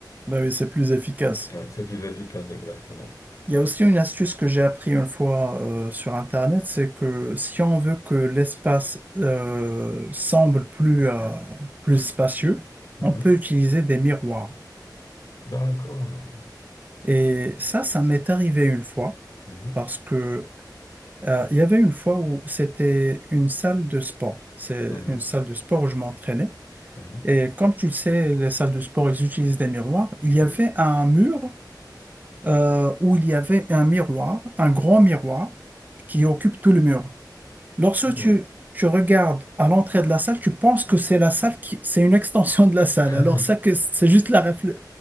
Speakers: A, on the right (about 25°); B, on the left (about 45°).
A: Ben oui, c'est plus efficace.
B: Ouais, c'est plus efficace, exactement.
A: Il y a aussi une astuce que j'ai appris une fois euh, sur Internet, c'est que si on veut que l'espace euh, semble plus, euh, plus spacieux,
B: Mhm.
A: on peut utiliser des miroirs.
B: D'accord.
A: Et ça, ça m'est arrivé une fois
B: Mhm.
A: parce que euh, il y avait une fois où c'était une salle de sport. C'est
B: Mhm.
A: une salle de sport où je m'entraînais.
B: Mhm.
A: Et comme tu le sais, les salles de sport, ils utilisent des miroirs. Il y
B: Oui.
A: avait un mur euh, où il y avait un miroir, un grand miroir qui occupe tout le mur. Lorsque
B: Oui.
A: tu, tu regardes à l'entrée de la salle, tu penses que c'est la salle qui, c'est une extension de la salle.
B: <laughs>
A: Alors ça que c'est juste la reflé-